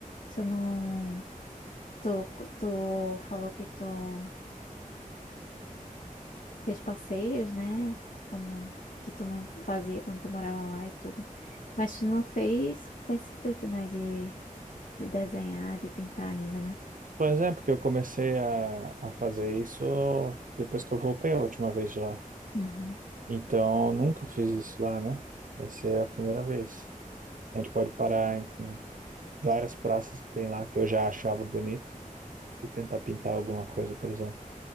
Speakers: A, on the left (about 65°); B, on the right (about 70°).
A: Tu não. Tu, tu falou que tu fez passeios, né? Como que tu não fazia quando tu morava lá e tudo. Mas tu não fez com esse intuito, né? De, de desenhar, de pintar ainda, né?
B: Pois é, porque eu comecei a, a fazer isso depois que eu voltei a última vez de lá.
A: Uhum.
B: Então, nunca fiz isso lá, né? Vai ser a primeira vez. A gente pode parar em, em várias praças que tem lá que eu já achava bonito. e tentar pintar alguma coisa, por exemplo.